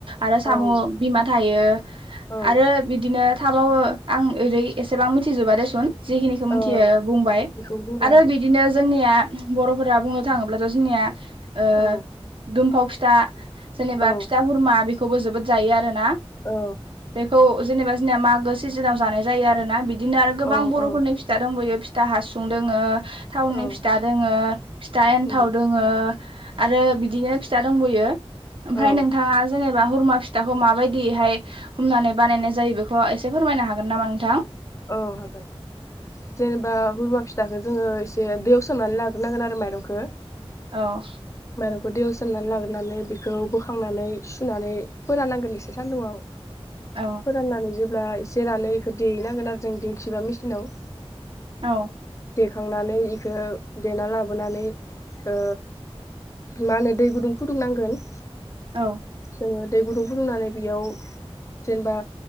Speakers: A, on the right; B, on the left.
A: आरो
B: औ
A: साम' बिमा थायो
B: औ
A: आरो बिदिनो आं ओरै एसेबां मिथिजोबा देसुन जि मिथियो
B: ओं
A: बुंबाय
B: बेखौ बुंबाय
A: आरो बिदिनो जोंनिया बर'फोरा बुंनो थाङोब्लाथ' जोंनिया ओ
B: औ
A: दुमफाव फिथा जेनेबा
B: औ
A: फिथा हुरमा बि खौबो जोबोद जायो आरो ना
B: औ
A: बेखौ जेनेबा जोंनिया मागो सिजोनाव जानाय जायो आरो ना बि बिदिनो आरो गोबां
B: औ
A: बर'फोरनि
B: औ
A: दंबोयो फिथा हासुं दोङो थावनि
B: औ
A: फिथा दोङो फिथा एन्थाव
B: उम
A: दोङो आरो बिदिनो फिथा दंबयो ओमफ्राय
B: औ
A: नोंथाङा जेनेबा हुरमा फिथाखौ माबायदिहाय हमनानै बानायनाय जायो बेखौ एसे फोरमायनो हागोन नामा नोंथां?
B: औ हागोन जेनेबा हुरमा फिथाखौ जोङो एसे दैयाव सोमनानै लाग्रोनांगोन आरो माइरंखौ
A: औ
B: मायरंखौ दैयाव सोमनानै लाग्रोनानै बेखौ बोखांनानै सुनानै फोरानांगोन एसे सान्दुुंआव
A: औ
B: फोरान नानै जेब्ला एसे रानो बेखौ देहैनांगोन आरो जों दिंखिबा मेसिनाव
A: औ
B: देखांनानै ईखौ देना लाबोनानै ओ मा होनो दै गुदुं फुदुं नांगोन
A: औ
B: जोङो दै गुदुं फुदुंनानै बेयाव जेनेबा